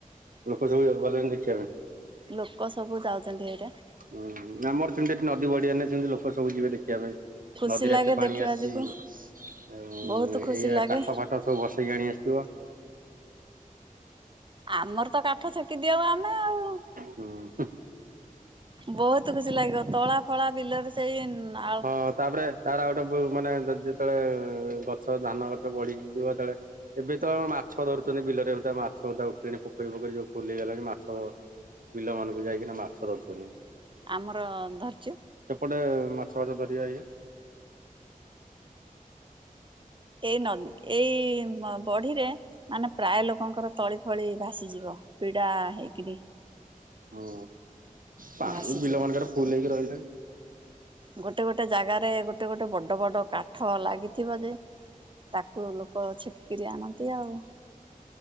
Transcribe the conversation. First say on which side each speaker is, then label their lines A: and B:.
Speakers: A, on the right; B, on the right.
A: ଲୋକ ସବୁ ଗଲେଣି ଦେଖିବା ପାଇଁ
B: ଲୋକ ସବୁ ଯାଉଛନ୍ତି ଏଇଟା
A: ହୁଁ ଆମର ସେମିତି ଏଠି ନଦୀ ବଢ଼ି ହେନେ ସେମିତି ସବୁ ଯିବେ ଦେଖିବା ପାଇଁ
B: ଖୁସି
A: ନଦୀରେ
B: ଲାଗେ
A: ଏତେ ପାଣି
B: ଦେଖିବା
A: ଆସିଛି
B: ଯୋଗୁ
A: ଆଉ
B: ବହୁତ ଖୁସି
A: ଏଇଆ
B: ଲାଗେ।
A: କାଠ ଫାଟ ଟ ସବୁ ବସେଇକି ଆଣି ଆସିଥିବ।
B: ଆମର ତ କାଠ ଛେକି ଦିଅଉ ଆମେ ଆଉ
A: ହୁଁ ହୁଁ
B: ବହୁତ ଖୁସି ଲାଗିବ ତଳା ଫଳା ବିଲରେ ସେଇ ନା
A: ହଁ ତାପରେ ତାର ଆଉ ଗୋଟେ ମାନେ ଯେତେବେଳେ ଗଛ ଧାନ ଗଛ ବଢିଯିବ ଯେତେବେଳେ ଏବେ ତ ମାଛ ଧରୁଛନ୍ତି ବିଲରେ ମାଛଧା ଉଠିଲଣି ପୋଖରୀ ପୋଖରୀ ଯୋଉ ଫୁଲ ହେଇଗଲାଣି ମାଛ ବିଲମାନଙ୍କୁ ଯାଇକିନା ମାଛ ଧରଛନ୍ତି।
B: ଆମର ଧରିଛୁ।
A: ଏପଟେ ମାଛ ଫାଛ ଧରିବା ଇଏ
B: ଏଇ ନଦ୍ ଏଇ ବଢିରେ ମାନେ ପ୍ରାୟ ଲୋକଙ୍କର ତଳି ଫଳି ଭାସିଯିବ ପିଡା ହେଇକିରି
A: ହଁ ପାଣି
B: ଭାସିଯିବ।
A: ବିଲମାନଙ୍କରେ ଫୁଲ ହେଇକି ରହିଲାଣି।
B: ଗୋଟେ ଗୋଟେ ଜାଗାରେ ଗୋଟେ ଗୋଟେ ବଡ଼ ବଡ଼ କାଠ ଲାଗିଥିବ ଯେ ତାକୁ ଲୋକ ଛିଟକିରି ଆଣନ୍ତି ଆଉ